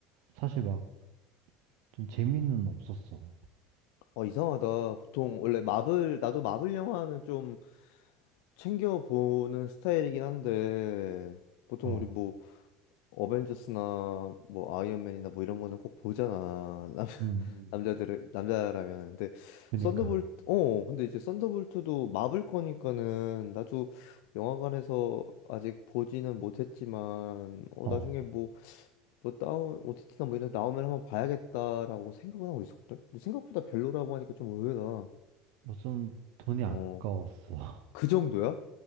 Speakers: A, on the right; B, on the left.
A: 사실 막 좀 재미는 없었어.
B: 어, 이상하다. 보통 원래 마블, 나도 마블 영화는 좀 챙겨보는 스타일이긴 한데, 보통
A: 어,
B: 우리 뭐 어벤져스나 뭐 아이언맨이나 뭐 이런 거는 꼭 보잖아. 남, <laughs>
A: 음, 음.
B: 남자들은, 남자라면. 근데
A: 그니까,
B: 썬더볼트, 어, 근데 이제 썬더볼트도 마블 거니까는 나도 영화관에서 아직 보지는 못했지만, 어,
A: 어,
B: 나중에 뭐, 뭐 다운, OTT나 뭐 이런 데 나오면 한번 봐야겠다라고 생각은 하고 있었거든? 근데 생각보다 별로라고 하니까 좀 의외다.
A: 뭐좀 돈이
B: 어,
A: 아까웠어. <laughs>
B: 그 정도야?